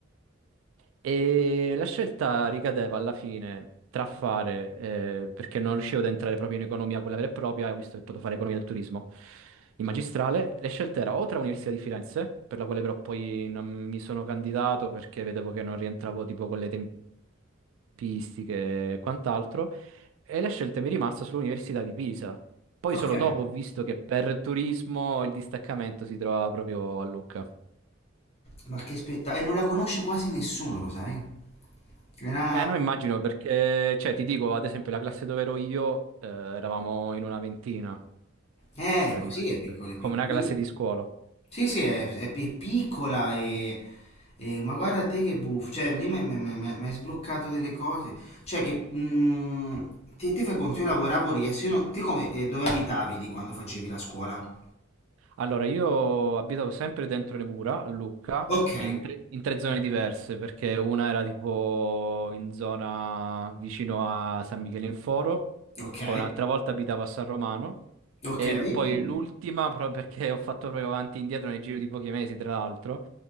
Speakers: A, on the right; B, on the left.
A: E la scelta ricadeva alla fine tra fare, eh, perché non riuscivo ad entrare proprio in economia, quella vera e propria, e ho visto che potevo fare economia del turismo in magistrale, le scelte erano o tra l'Università di Firenze, per la quale però poi non mi sono candidato perché vedevo che non rientravo tipo con le tempistiche e quant'altro, e la scelta mi è rimasta sull'Università di Pisa. Poi
B: Ok.
A: solo dopo ho visto che per turismo il distaccamento si trovava proprio a Lucca.
B: Ma che spettacolo, e non la conosce quasi nessuno, lo sai? Era...
A: Eh, no, immagino perché, cioè, ti dico, ad esempio, la classe dove ero io, eh, eravamo in una ventina,
B: Eh,
A: praticamente,
B: così è piccolo, è
A: come
B: piccolino.
A: una classe di scuola.
B: Sì, sì, è, è pi- è piccola e, e- Ma guarda te che buffo, cioè lì mi hai sbloccato delle cose, cioè che... mm, te, te fai conto, io lavoravo lì, adesso io non- te come, eh, dove abitavi lì quando facevi la scuola?
A: Allora, io abitavo sempre dentro le mura a Lucca,
B: Ok,
A: in tre, in tre zone diverse, perché una era tipo in zona vicino a San Michele in Foro,
B: ok,
A: poi un'altra volta abitavo a San Romano,
B: ok.
A: e
B: eh.
A: l- poi l'ultima, <laughs> pro- perché ho fatto proprio avanti e indietro nel giro di pochi mesi, tra l'altro,